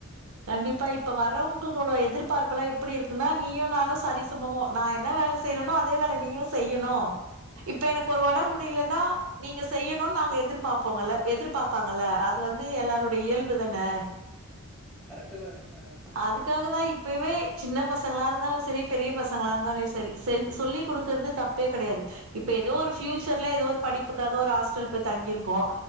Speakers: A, on the right; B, in the centre.
A: கண்டிப்பா இப்ப வர்வங்களுக்கு எதிர்பார்ப்பெல்லா எப்படி இருக்குன்னா நீயு நானு சரிசமமா நா என்ன வேல செய்யறனொ அதே வேல நீயு செய்யணு இப்ப எனக்கு ஒரு வொடம்
B: ஆமாங்க
A: முடியலேன்னா நீங்க செய்யணுனு நாங்க எதிர்பாப்போங்கல்ல எதிர்பாப்பாங்கல்ல அது வந்து எல்லாருடைய இயல்பு தான
B: கரெட்டு தாங்க அ
A: அதுக்காக தா இப்பமே சின்ன பசங்களா இருந்தாலு சரி பெரிய பசங்களா இருந்தாலு சரி செ சொல்லி் கொடுக்கறது தப்பு ப்பே கிடையாது இப்ப ஏதோ ஒரு ஃயூச்சர்ல ஏதோ ஒரு படிப்புக்காக ஒரு ஹாஸ்டல் போய் தங்கியிருக்கோ